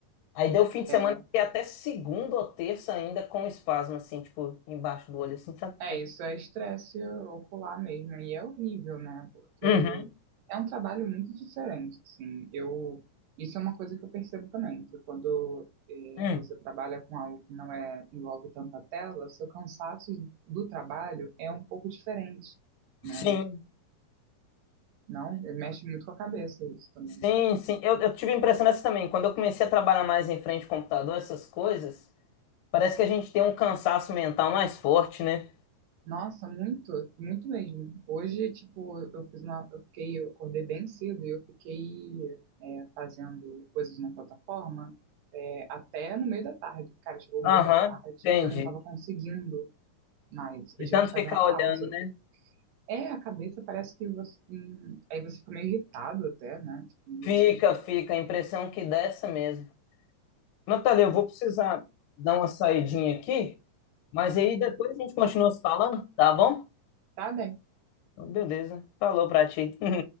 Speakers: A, on the left; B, on the right.
A: Aí deu fim de semana
B: é.
A: e até segunda ou terça ainda com um espasmo assim, tipo, embaixo do olho assim, sabe?
B: É, isso é estresse ocular mesmo, e é horrível, né? Porque
A: Uhum,
B: é um trabalho muito diferente, assim. Eu, isso é uma coisa que eu percebo também, que quando eh,
A: uhum.
B: você trabalha com algo que não é, envolve tanta tela, seu cansaço do trabalho é um pouco diferente, né?
A: Sim.
B: Não, mexe muito com a cabeça isso também.
A: Sim, sim. Eu, eu tive a impressão dessa também. Quando eu comecei a trabalhar mais em frente ao computador, essas coisas, parece que a gente tem um cansaço mental mais forte, né?
B: Nossa, muito, muito mesmo. Hoje, tipo, eu fiz uma, eu fiquei, eu acordei bem cedo e eu fiquei é, fazendo coisas na plataforma é, até no meio da tarde. Cara, chegou o
A: Aham,
B: meio da tarde,
A: entendi.
B: eu não tava conseguindo mais.
A: De
B: Eu tive
A: tanto
B: que fazer
A: ficar
B: uma pausa.
A: olhando, né?
B: É, a cabeça parece que você, hum, aí você fica meio irritado até, né? Tipo, meio
A: Fica,
B: esquisito.
A: fica. A impressão que dá é essa mesmo. Natália, eu vou precisar dar uma saidinha aqui, mas aí depois a gente continua se falando, tá bom?
B: Tá
A: Então, beleza. Falou pra ti. <laughs>